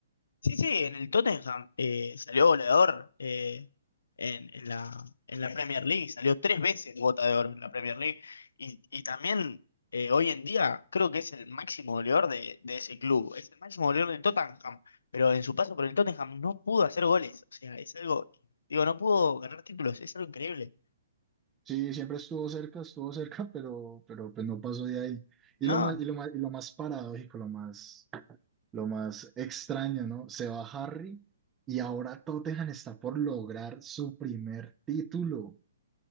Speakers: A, on the left; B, on the right.
A: Sí, sí, en el Tottenham eh, salió goleador eh, en, en la, en la Premier League, salió tres veces bota de oro en la Premier League y, y también eh, hoy en día creo que es el máximo goleador de, de ese club, es el máximo goleador del Tottenham, pero en su paso por el Tottenham no pudo hacer goles, o sea, es algo, digo, no pudo ganar títulos, es algo increíble,
B: Sí, siempre estuvo cerca, estuvo cerca, <laughs> pero, pero pues no pasó de ahí. Y
A: ¿no?
B: lo más, y lo más, y lo más paradójico, lo más lo más extraño, ¿no? Se va Harry y ahora Tottenham está por lograr su primer título.